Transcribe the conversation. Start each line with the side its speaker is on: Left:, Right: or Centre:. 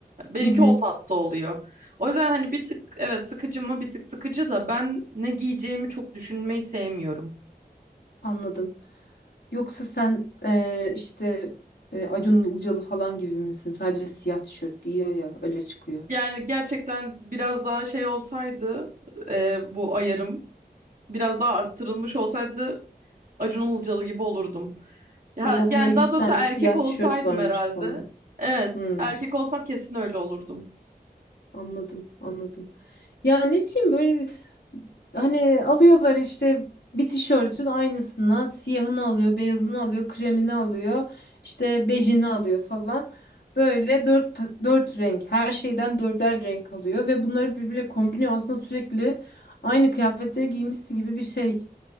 Right: Benimki
Left: Hı hı.
Right: o tatta oluyor. O yüzden hani bir tık evet sıkıcı mı bir tık sıkıcı da ben ne giyeceğimi çok düşünmeyi sevmiyorum.
Left: Anladım. Yoksa sen eee, işte eee, Acun Ilıcalı falan gibi misin? Sadece siyah tişört giyiyor ya öyle çıkıyor.
Right: Yani gerçekten biraz daha şey olsaydı e, bu ayarım biraz daha arttırılmış olsaydı Acun Ilıcalı gibi olurdum. Ya,
Left: Dolabında
Right: yani
Left: 100
Right: daha doğrusu
Left: tane
Right: erkek
Left: siyah
Right: olsaydım
Left: tişört varmış
Right: herhalde.
Left: falan.
Right: Evet
Left: Hmm.
Right: erkek olsam kesin öyle olurdum.
Left: Anladım, anladım. Ya ne bileyim böyle hani alıyorlar işte bir tişörtün aynısından siyahını alıyor, beyazını alıyor, kremini alıyor, işte bejini alıyor falan. Böyle dört, ta- dört renk, her şeyden dörder renk alıyor ve bunları birbiriyle kombiniyor. Aslında sürekli aynı kıyafetleri giymişsin gibi bir şey.